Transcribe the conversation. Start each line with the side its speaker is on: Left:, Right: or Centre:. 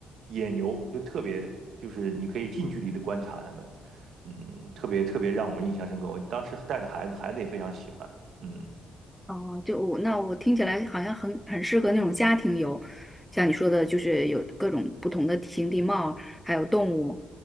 Right: 野牛就特别就是你可以近距离的观察它们，嗯，特别特别让我们印象深刻。我当时带着孩子，孩子也非常喜欢，嗯。
Centre: 哦，就我那我听起来好像很很适合那种家庭游，像你说的，就是有各种不同的地形地貌，还有动物，